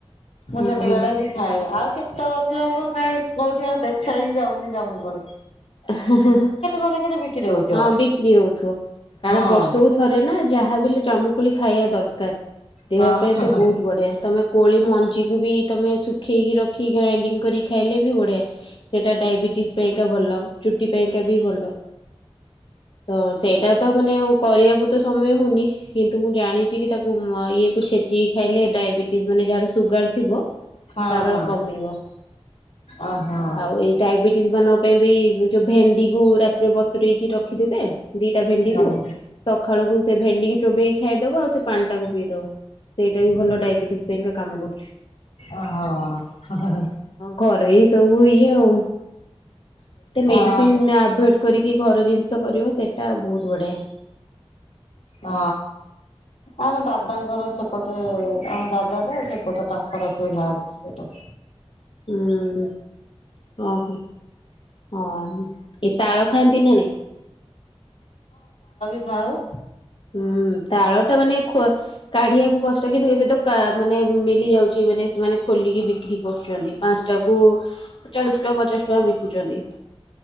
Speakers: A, on the left; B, on the left.
A: ମୁଁ
B: ହୁଁ
A: ସେତିକିବେଳେ
B: ହୁଁ
A: ହିଁ ଖାଏ। ଆଉ କେତେ ବର୍ଷ ହେବ କାଇଁ କେଉଁଠି ଆଉ ଦେଖା ହିଁ ଯାଉ ନି ଜାମୁକୋଳି
B: ହଁ
A: ମାନଙ୍କରେ ବିକ୍ରି ହଉଥିବ
B: ବିକ୍ରି ହେଉଥିବ। କାରଣ
A: ହଁ
B: ବର୍ଷକୁ ଥରେ ନା ଯାହା ବି ହେଲେ ଜମୁକୋଳି ଖାଇବା ଦରକାର। ଦେହ
A: ହଁ
B: ପାଇଁ ତ ବହୁତ ବଢ଼ିଆ ତମେ କୋଳି ମଞ୍ଜିକୁ ବି ତୁମେ ଶୁଖେଇକି ରଖି ଗ୍ରାଇଣ୍ଡିଙ୍ଗ କରି ଖାଇଲେ ବି ବଢ଼ିଆ ସେଇଟା ଡାଇବେଟିସ୍ ପାଇଁକା ଭଲ । ଚୁଟି ପାଇଁକା ବି ଭଲ । ତ ସେଇଟା ତ ମାନେ ଆଉ କରିବାକୁ ତ ସମୟ ହଉନି କିନ୍ତୁ ମୁଁ ଜାଣିଛି କି ତାକୁ ଇଏକୁ ଛେଚିକି ଖାଇଲେ ଡାଇବେଟିସ୍ ମାନେ ଯାହାର ସୁଗାର ଥିବ
A: ହଁ
B: ତାର
A: ହଁ ହଁ
B: କମିବ
A: ଓହୋ
B: ଆଉ ଏଇ ଡାଇବେଟିସ୍ ମାନଙ୍କ ପାଇଁ ବି ଯୋଉ ଭେଣ୍ଡିକୁ ବତୁରେଇକି ରଖିଦେବେ ଦିଟା ଭେଣ୍ଡି
A: ହଁ
B: କ ସକାଳକୁ ସେ ଭେଣ୍ଡିିକୁ ଚୋବେଇକି ଖାଇଦବ ଆଉ ସେ ପାଣିଟାକୁ ପିଇଦବ ସେଇଟା ବି ଭଲ ଡାଇବେଟିସ ପାଇଁକା କାମ କରୁଛି।
A: ଓହୋ ହଁ
B: ଘରେ ସବୁ ଇଏ ଆଉ
A: ହଁ
B: ମେଡିସିନ୍ ଆଭଏଡ୍ କରିକି ଘର ଜିନିଷ କରିବ ସେଇଟା ବହୁତ ବଢ଼ିଆ।
A: ହଁ ଆମ ଦାଦାଙ୍କର ସେପଟେ ଆମ ଦାଦା ତ ସେପଟେ ତାଙ୍କର ସେଇ ଘାଅ ସେଇଟା।
B: ହୁଁ ଓହୋ ହଁ ଏ ତାଳ ଖାଆନ୍ତି ନା ନାହିଁ।
A: ଆଉ
B: ହୁଁ ତାଳ ଟା ମାନେ କାଢ଼ିବାକୁ କଷ୍ଟ କିନ୍ତୁ ଏବେ ତ ମାନେ ମଳିଯାଉଛି ମାନେ ସେମାନେ ଖୋଲିକି ବିକ୍ରି କରୁଛନ୍ତି ପାଞ୍ଚଟା କ ଚାଳିଶ ଟଙ୍କା ପଚାଶ ଟଙ୍କା ବିକୁଛନ୍ତି।